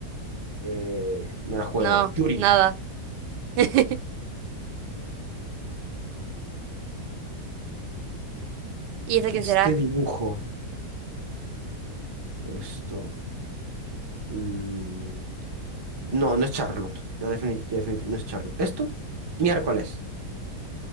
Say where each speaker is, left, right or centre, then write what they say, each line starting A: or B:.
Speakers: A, on the right (about 25°); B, on the right (about 80°).
A: Eh, me la juego.
B: No,
A: Yuri.
B: nada. <laughs> ¿Y esta
A: Este
B: quién será?
A: dibujo. Esto. mm, no, no es Charlotte. Ya defini- ya definitivamente no es Charlotte. ¿Esto? Miércoles.